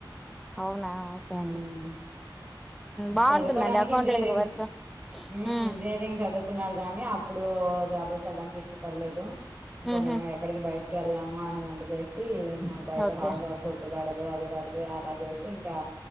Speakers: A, in the centre; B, on the right (about 20°).
A: అవునా ఓకే
B: మ్మ్
A: అండి బాగుంటుందండి
B: చదువుకోడానికి
A: అకౌంటెంట్
B: ఇంజనీరింగ్
A: వర్క్
B: మ్మ్
A: హ్మ్.
B: ఇంజనీరింగ్ చదువుకున్నాడు కానీ అప్పుడు ఓ జాబుల్కేళ్ళడానికి ఇష్టపడలేదు ఇంకా
A: హుహు.
B: మేము ఎక్కడికి బైట్ కెళ్ళాము అని మొండుకేసి నా బయట <unintelligible>
A: ఓకే
B: ఫుడ్ బ్యాడ్ <unintelligible> అది పడితే అలా జేస్ ఇంకా